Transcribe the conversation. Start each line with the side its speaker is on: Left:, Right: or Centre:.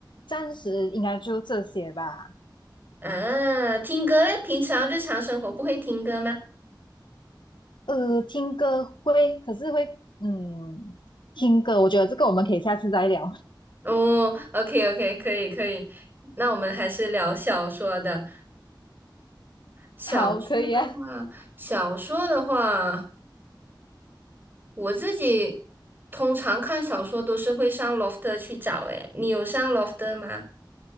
Left: 暂时应该就这些吧。
Right: 啊，听歌嘞？平常日常生活不会听歌吗？
Left: 呃，听歌会，可是会，嗯，听歌，我觉得这个我们可以下次再聊。
Right: 哦，OK OK，可以可以，那我们还是聊小说的。
Left: <laughs>
Right: 小说的话，
Left: 好，可以啊。
Right: 小说的话。我自己通常看小说都是会上 Lofter 去找，诶，你有上 Lofter 吗？